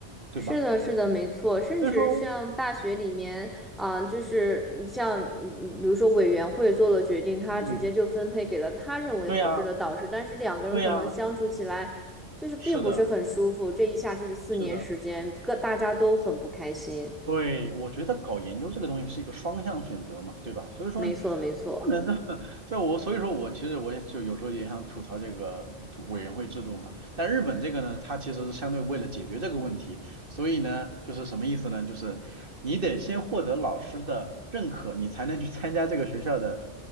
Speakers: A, on the right; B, in the centre.
A: 对吧？
B: 是的，是的，没错。甚至像大学里面啊、
A: 所以说，
B: 就是像嗯比如说委员会做了决定，他直接就分配给了他认为合适的导师，
A: 嗯，对呀，
B: 但是两个人可能相处起来就是并不是很舒服，
A: 对呀，是的，
B: 这一下就是四年时间，
A: 是的。
B: 各大家都很不开心。
A: 对，我觉得搞研究这个东西是一个双向选择嘛，对吧？所以说
B: 没错，没错。
A: 不能这么，<laughs> 所以我所以说我其实我也就有时候也想吐槽这个吐委员会制度嘛。但日本这个呢，它其实是相对为了解决这个问题，所以呢，就是什么意思呢？就是你得先获得老师的认可，你才能去参加这个学校的